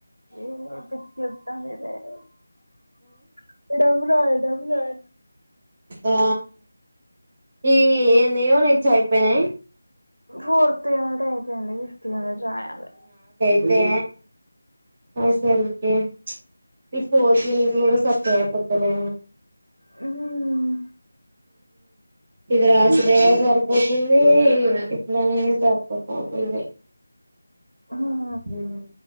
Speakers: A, on the right; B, on the right.
A: ఏ <inaudible> <inaudible> <inaudible> <unintelligible>
B: ఆ ఈ ఏమోనిచ్చైపోయినై
A: ఫోర్ <unintelligible>
B: ఏ అసల్కే ఈ ఫోర్త్ యూనిట్ గూడ సక్కగై పోతలే
A: హమ్
B: ఇది రాసుడే సరిపోతుంది ఇట్లానే పారిపోతా నే
A: హ్మ్
B: హ్మ్